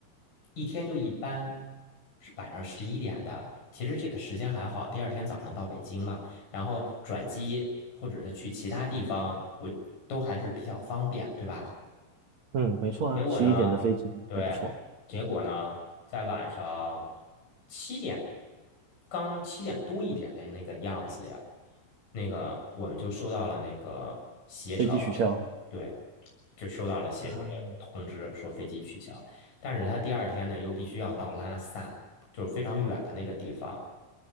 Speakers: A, on the left; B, on the right.
A: 一天就一班，是晚上十一点的，其实这个时间还好，第二天早上到北京嘛，然后转机或者是去其他地方，我都还是比较方便，对吧？
B: 嗯，没错啊，
A: 结果呢，
B: 十一点的飞机还不错，
A: 对，结果呢，在晚上七点，刚七点多一点的那个样子呀，那个我们就收到了那个携程，
B: 飞机取消
A: 对，就收到了携程的通知，
B: 啊
A: 说飞机取消。但是他第二天呢，又必须要到拉萨，就是非常远的那个地方